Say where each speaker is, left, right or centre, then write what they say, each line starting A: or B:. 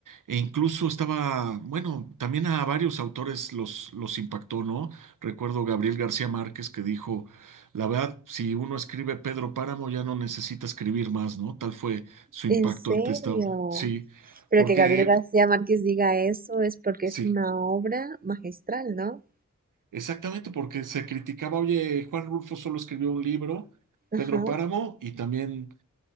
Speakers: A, on the right; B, on the right.
A: E incluso estaba, bueno, también a varios autores los, los impactó, ¿no? Recuerdo Gabriel García Márquez que dijo, la verdad, si uno escribe Pedro Páramo ya no necesita escribir más, ¿no? Tal fue su impacto
B: ¿En serio?
A: ante esta, sí,
B: Pero
A: porque...
B: que Gabriel García Márquez diga eso es porque
A: Sí.
B: es una obra magistral, ¿no?
A: Exactamente, porque se criticaba, oye, Juan Rulfo solo escribió un libro,
B: Ajá.
A: Pedro Páramo, y también